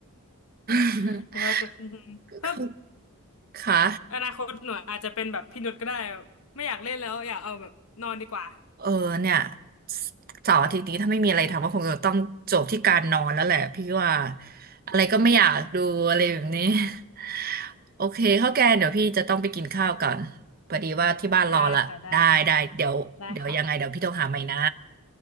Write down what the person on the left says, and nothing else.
<laughs> หนูว่าจะ <laughs> อืมถ้า
อนาคตหนูอาจจะเป็นแบบพี่นุชก็ได้แบบไม่อยากเล่นแล้วอยากเอาแบบนอนดีกว่า
<laughs> ได้ค่ะได้ได้ค่ะ